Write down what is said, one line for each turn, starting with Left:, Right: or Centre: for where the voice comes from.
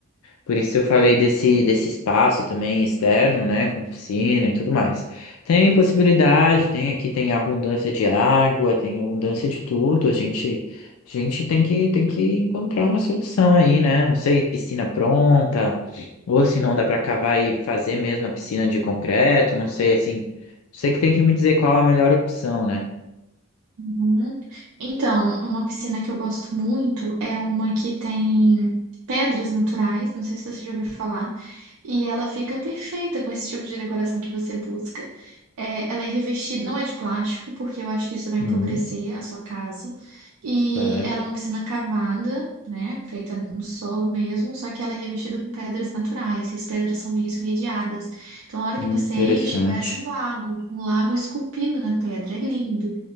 Left: Por isso eu falei desse, desse espaço também externo, né, com piscina e tudo mais. Tem possibilidade, tem aqui tem abundância de água, tem abundância de tudo. A gente, a gente tem que tem que encontrar uma solução aí, né? Não sei, piscina pronta, ou se não dá para cavar e fazer mesmo a piscina de concreto, não sei assim. Você que tem que me dizer qual a melhor opção, né?
Right: Uhum. Então, uma piscina que eu gosto muito é uma que tem pedras naturais, não sei se você já ouviu falar, e ela fica perfeita com esse tipo de decoração que você busca. É, ela é revestida, não é de plástico, porque eu acho que isso vai
Left: Hum,
Right: empobrecer a sua casa. E
Left: certo.
Right: ela é uma piscina cavada, né, feita no solo mesmo, só que ela é revestida com pedras naturais, e as pedras são meio esverdeadas. Então, na hora
Left: Interessante.
Right: que você enche, parece um lago, um lago esculpido na pedra, é lindo.